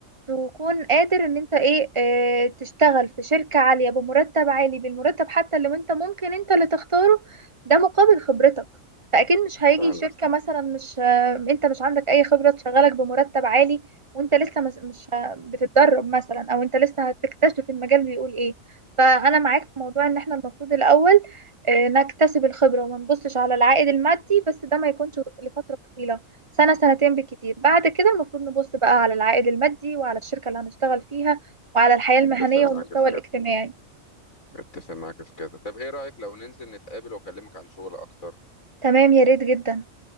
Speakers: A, on the right (about 25°); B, on the left (about 80°).
A: تكون قادر ان انت ايه اه تشتغل في شركة عالية بمرتب عالي بالمرتب حتى لو انت ممكن انت اللي تختاره ده مقابل خبرتك فاكيد مش هيجي
B: فعلا
A: شركة مثلا مش اه انت مش عندك اي خبرة تشغلك بمرتب عالي وانت لسه مس- مش ه- بتتدرب مثلا او انت لسه هتكتشف المجال بيقول ايه فانا معاك في موضوع ان احنا المفروض الاول اه نكتسب الخبرة وما نبصش على العائد المادي بس ده ما يكونش لفترة طويلة سنة سنتين بالكتير بعد كده المفروض نبص بقى على العائد المادي وعلى الشركة اللي هنشتغل فيها وعلى الحياة المهنية
B: اتفق
A: والمستوى
B: معاك في كده
A: الاجتماعي
B: اتفق معاك في كده طب ايه رأيك لو ننزل نتقابل واكلمك عن شغل اكتر
A: تمام يا ريت جدا